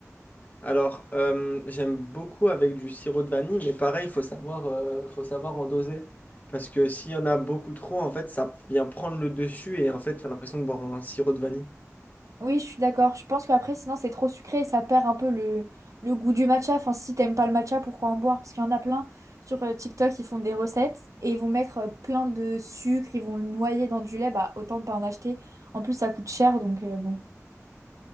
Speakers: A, on the left; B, on the right.
A: Alors, euh, j'aime beaucoup avec du sirop de vanille, mais pareil, il faut savoir, euh, faut savoir en doser. Parce que s'il y en a beaucoup trop, en fait, ça vient prendre le dessus et en fait, t'as l'impression de boire un sirop de vanille.
B: Oui, je suis d'accord. Je pense qu'après, sinon, c'est trop sucré et ça perd un peu le, le goût du matcha. Enfin, si t'aimes pas le matcha, pourquoi en boire? Parce qu'il y en a plein sur euh, TikTok, ils font des recettes et ils vont mettre euh, plein de sucre, ils vont le noyer dans du lait. Bah, autant ne pas en acheter. En plus, ça coûte cher, donc euh, bon.